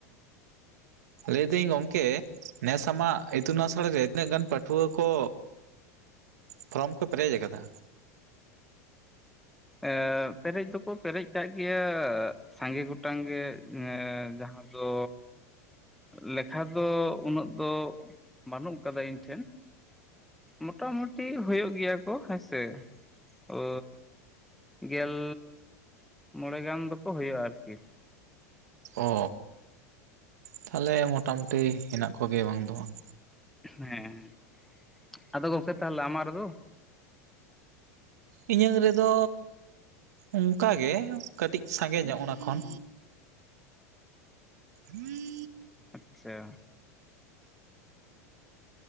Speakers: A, on the right; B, in the centre.
A: ᱞᱟᱹᱭ ᱫᱟᱹᱧ ᱜᱚᱝᱠᱮ ᱱᱮᱥᱟᱜ ᱤᱛᱩᱱ ᱟᱥᱲᱟ ᱨᱮ ᱛᱤᱱᱟᱹᱜ ᱜᱟᱱ ᱯᱟᱹᱴᱷᱩᱣᱟᱹ ᱠᱚ ᱯᱷᱨᱚᱢ ᱠᱚ ᱯᱮᱨᱮᱡ ᱟᱠᱟᱫᱟ
B: ᱮ ᱯᱮᱨᱮᱡ ᱫᱚᱠᱚ ᱯᱮᱨᱮᱡ ᱠᱟᱜ ᱜᱮᱭᱟ ᱥᱟᱸᱜᱮ ᱜᱚᱴᱟᱝ ᱜᱮ ᱡᱟᱦᱟᱸ ᱫᱚ ᱞᱮᱠᱷᱟ ᱫᱚ ᱩᱱᱟᱹᱜ ᱫᱚ ᱵᱟᱹᱱᱩᱜ ᱠᱟᱫᱟ ᱤᱧ ᱴᱷᱮᱱ ᱢᱚᱴᱟᱢᱩᱴᱤ ᱦᱩᱭᱩᱜ ᱜᱮᱭᱟ ᱠᱚ ᱦᱮᱸᱥᱮ ᱚ ᱜᱮᱞ ᱢᱚᱬᱮ ᱜᱟᱱ ᱫᱚᱠᱚ ᱦᱩᱭᱩᱜᱼᱟ ᱟᱨᱠᱤ
A: ᱚ ᱛᱟᱦᱚᱞᱮ ᱢᱚᱴᱟ ᱢᱩᱴᱤ ᱦᱮᱱᱟᱜ ᱠᱚᱜᱮ ᱵᱟᱝ ᱫᱚ ᱵᱟᱝ
B: ᱦᱮᱸᱮ ᱟᱫᱚ ᱜᱚᱢᱠᱮ ᱛᱟᱦᱚᱞᱮ ᱟᱢᱟᱜ ᱨᱮᱫᱚ
A: ᱤᱧᱟᱹᱝ ᱨᱮᱫᱚ ᱚᱱᱠᱟ ᱜᱮ ᱠᱟᱹᱴᱤᱡ ᱥᱟᱸᱜᱮ ᱧᱚᱜ ᱚᱱᱟ ᱠᱷᱚᱱ ᱦᱩᱸ
B: ᱟᱪᱪᱷᱟ